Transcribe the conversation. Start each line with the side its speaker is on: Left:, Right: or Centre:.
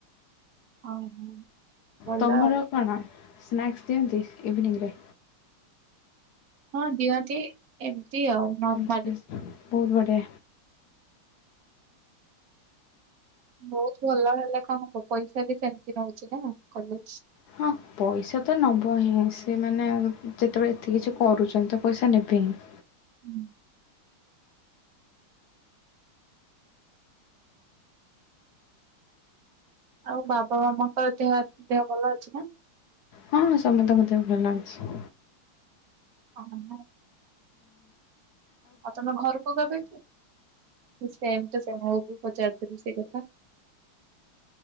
Right: ଆଉ ହଁ। ଭଲ
Left: ତମର କଣ ସ୍ନାକ୍ସ ଦିଅନ୍ତି ଇଭିନିଙ୍ଗରେ?
Right: ହଁ ଦିଅନ୍ତି ଏମତି ଆଉ। ନର୍ମାଲି।
Left: ଆଚ୍ଛା ବହୁତ ବଢିଆ।
Right: ବହୁତ ଭଲ ହେଲେ କଣ ହବ ପଇସା ବି ସେମତି ନଉଛି ନା କଲେଜ।
Left: ହଁ ପଇସା ତ ନବ ହିଁ ସେମାନେ ଯେତବଳେ ଏତେ କିଛି କରୁଛନ୍ତି ତ ପଇସା ନେବେ ହିଁ।
Right: ହୁଁ ଆଉ ବାବା ମାମାଙ୍କର ଦେହ ଦେହ ଭଲ ଅଛି ନା?
Left: ହଁଁ ହଁ ସମତଙ୍କ ଦେହ ଭଲ ଅଛି।
Right: <unintelligible> ଆଉ ତମେ ଘରକୁ କେବେ ସେମ୍ ଟୁ ସେମ ମୁଁ ବି ପଚାରୁଥିଲି ସେଇ କଥା।